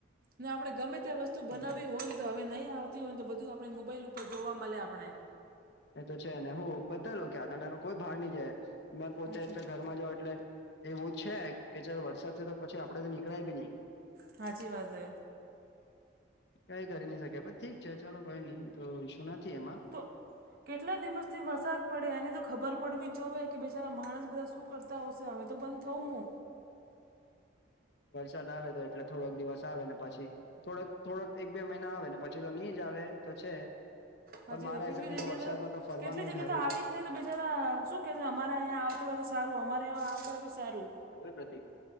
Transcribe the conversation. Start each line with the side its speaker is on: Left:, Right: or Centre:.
Right: ને આપણે ગમે ત્યા વસ્તુ બનાવી હોય તો હવે નહીં આવતી હોયને તો બધું આપણે મોબાઈલ ઉપર જોવા મળે આપણે
Left: એ તો છે ને હું બધા લોકો આ ત કોઈ ભાર નહી જાય મે પોતે
Right: સાચી
Left: એટલે
Right: વાત.
Left: ઘરમાં જાવ એટલે એવું છે કે ચાલ વરસાદ છે તો પછી આપડે તો નીકળાય બી નઈ
Right: સાાચી વાત છે
Left: કઈ કરી ન શકે પ ઠીક છે ચાલો કોઈ નઈ તો ઈશ્યુ નથી એમાં
Right: તો કેટલા દિવસથી વરસાદ પડે એની તો ખબર પડવી જ જોએ કે બેચારા માણસ બધા શું કરતા હશે હવે તો બંધ થવું મ
Left: વરસાદ આવે તો એટલે થોડોક દિવસ આવે ને પછી થોડક થોડક એક બે મહિના આવે પછી તો નહી જ આવે તો છે પણ
Right: હાજીી
Left: મારા
Right: ભાઈ કેટલી
Left: હિસાબથી
Right: જગ્યા
Left: તો વરસાદમાં
Right: તો
Left: ફરવાનું
Right: કેટલી જગ્યા
Left: જ સારું
Right: તો
Left: છે
Right: આવી જ નહી તો બજારા શું કે અમારે અંયા આવતો હોય તો સારું અમારે અ આવતું હોય તો સારું
Left: પ્રગતિ